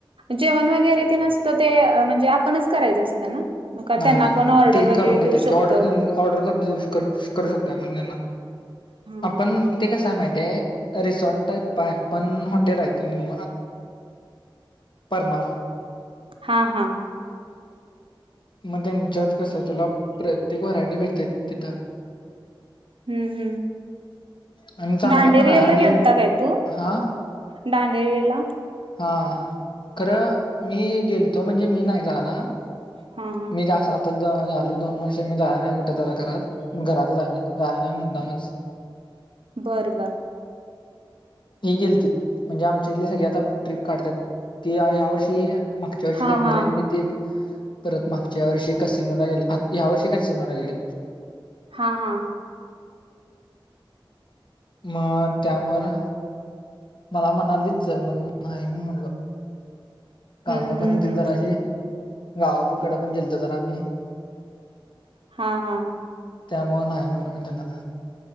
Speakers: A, on the right; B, on the left.
A: जेवण वगैरे ते नसतं ते म्हणजे आपणच करायचं असते ना मग का
B: नाही
A: त्यांना
B: नाही
A: आपण ऑर्डर
B: ते
A: वगैरे
B: करून देतेत
A: देऊ शकतो
B: की ऑर्डर देऊन ऑर्डर कर देऊ करू शकत आपण त्यांना
A: हां
B: आपण
A: हां
B: ते कसं आहे माहिती ते रिसॉर्ट टाईप आहे पण हॉटेल आहे त नि परणाला
A: हा हा
B: मग त्यांच्यात कसं तुला प्रत्येक व्हरायटी भेटते तिथं
A: हम् हम्म
B: आणि चांगलं
A: दांडेरयला
B: पण आहे आम्ही
A: गेलता काय तू
B: हा
A: दडांडेरयला?
B: हा खरं मी गेलतो म्हणजे मी नाही झाला
A: हा हा
B: मी जा आता झाल दोन वर्षे मी जा नाही कुठे जरा घरात घरातच आहे मी जा नाही मुद्दामच
A: बरं बर
B: हे गेलथे म्हणजे आमच्या इथले सगळे आता ट्रिप काढतात ती ह्या वर्षी मागच्या वर्षी
A: हा
B: दांडेलन
A: हा
B: घेत परत मागच्या या वर्षी कासिनेमाला गे या वर्षी कासिनेमाला गेले
A: हा हा
B: मग त्यामुळे मला म्हणालीच चल म्हण नाही मी म्हणलो कामं
A: हम्म हम्म
B: पण होती
A: हम्म
B: जराशी गावापकड पण गेलतो जरा आम्ही
A: हा हा
B: त्यामुळे नाही म्हणल मी त्यांना